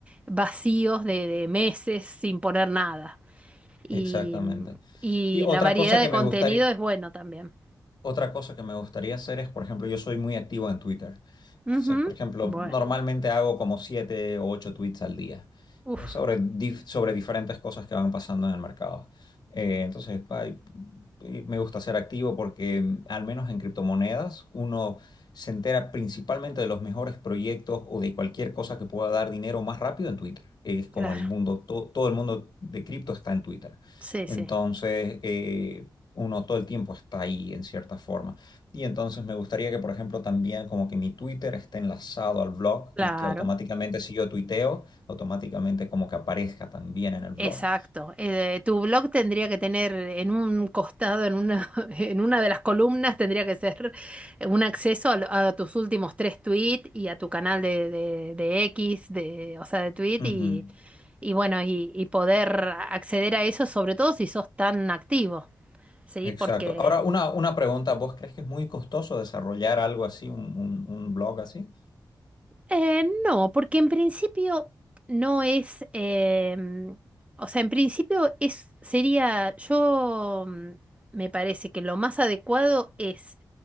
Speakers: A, on the right; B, on the left.
A: vacíos de, de meses sin poner nada. Y,
B: exactamente.
A: mm, y
B: Y otra
A: la variedad
B: cosa
A: de
B: que me
A: contenido
B: gustaría,
A: es bueno también.
B: Otra cosa que me gustaría hacer es, por ejemplo, yo soy muy activo en Twitter. Entonces,
A: Ujú,
B: por ejemplo,
A: Bueno,
B: normalmente hago como 7 o 8 tweets al día
A: uff,
B: eh, sobre, dif- sobre diferentes cosas que van pasando en el mercado. Eh, entonces, pa- y- y me gusta ser activo porque, mm, al menos en criptomonedas, uno se entera principalmente de los mejores proyectos o de cualquier cosa que pueda dar dinero más rápido en Twitter. Es como
A: claro,
B: el mundo, to- todo el mundo de cripto está en Twitter.
A: sí, sí,
B: Entonces, eh, uno todo el tiempo está ahí en cierta forma. Y entonces me gustaría que, por ejemplo, también como que mi Twitter esté enlazado al blog
A: claro.
B: y que automáticamente si yo tuiteo, automáticamente como que aparezca también en el blog.
A: Exacto. Eh, tu blog tendría que tener en un costado, en una, <laughs> en una de las columnas, tendría que ser un acceso a, lo- a tus últimos tres tweets y a tu canal de, de, de X, de, o sea, de tweet
B: Ujú,
A: y, y bueno, y, y poder acceder a eso, sobre todo si sos tan activo, ¿sí?
B: Exacto.
A: Porque
B: Ahora, una, una pregunta, ¿vos crees que es muy costoso desarrollar algo así, un, un- un blog así?
A: Eh, no, porque en principio no es, em, o sea, en principio es, sería, yo mm, me parece que lo más adecuado es